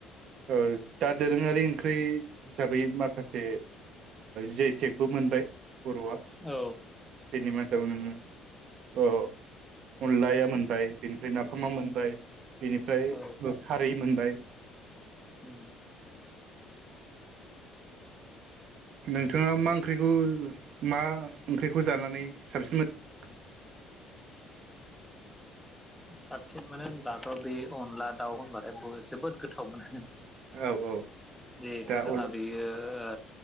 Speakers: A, on the right (about 55°); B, in the centre.
A: ओ दा दोरोङारि ओंख्रै हिसाबै माखासे जि आइ टेक बो मोनबाय बर'आ।
B: औ।
A: बेनि मादाव नोङो ओ अनलाया मोनबाय। बेनिफ्राय नाफामा मोनबाय, बेनिफ्राय
B: औ
A: ओ खारै मोनबाय।
B: उम
A: नोंथाङा मा ओंख्रिखौ मा ओंख्रिखौ जानानै साबसिन मो
B: साबसिन मोनो होनब्लाथ' बे अनला दाउ होनबाथाय बो जोबोद गोथाव मोनो।
A: मोन औ औ
B: जिहेथु
A: दा
B: जोंहा
A: औ
B: बेयो ओ